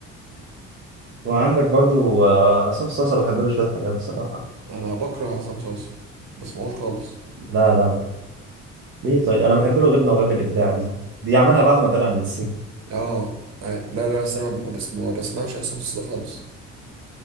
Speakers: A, on the right; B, on the right.
A: وعندك برضو آه، عصام صاصا بحب له شويه حاجات بصراحه
B: انا بكره عصام صاصا بسمعوش خالص
A: لا لا بحب. ليه طيب انا بحب له غبنه وغاب الابداع دي دي عملها بعد ما طلع من السجن
B: اه عارف لا لا بس انا ما بس ما بسمعش عصام صاصا ده خالص